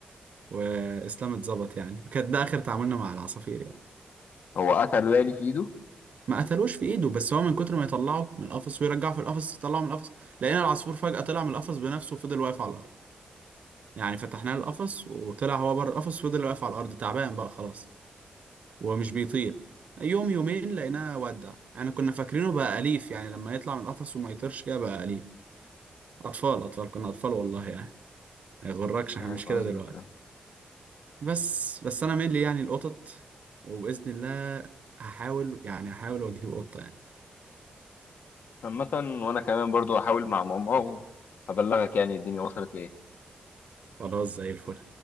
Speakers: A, on the right; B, on the left.
A: واسلام اتظبط يعني وكان ده اخر تعاملنا مع العصافير يعني
B: هو قتل يعني في إيده؟
A: ما قتلوش في ايده بس هو من كتر ما يطلعه من القفص ويرجعه في القفص يطلعه من القفص لقينا العصفور فجأة طلع من القفص بنفسه وفضل واقف على الارض يعني فتحنا له القفص وطلع هو بره القفص وفضل واقف على الارض تعبان بقى خلاص ومش بيطير يوم يومين لقيناه ودع يعني كنا فاكرينه بقى أليف يعني لما يطلع من القفص وما يطيرش كده بقى أليف اطفال اطفال كنا اطفال والله يعني ما يغركش
B: فاهم
A: احنا مش
B: قصدك
A: كده دلوقتي بس بس انا مين لي يعني القطط وباذن الله هحاول يعني هحاول واجيب قطه يعني
B: عامة وانا كمان برضو هحاول مع ماما وابلغك يعني الدنيا وصلت لايه
A: خلاص زي الفل